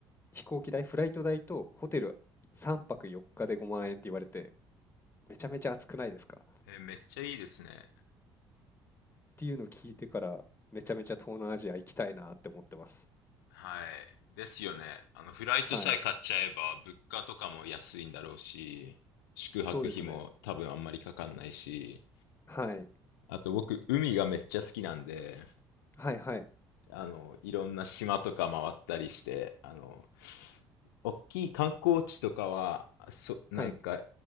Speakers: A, on the left; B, on the left.
A: 飛行機代、フライト代とホテル3泊4日で5万円って言われて、めちゃめちゃ暑くないですか
B: えめっちゃいいですね。
A: っていうのを聞いてから、めちゃめちゃ東南アジア行きたいなって思ってます。
B: はい。ですよね。あの、フライトさえ買っちゃえば、
A: はい。
B: 物価とかも安いんだろうし、宿泊費も多分あんまりかかんないし、
A: そうですね。はい。
B: あと僕、海がめっちゃ好きなんで、
A: はいはい。
B: あの、いろんな島とか回ったりして、あの、大きい観光地とかは、そ、なんか、
A: はい。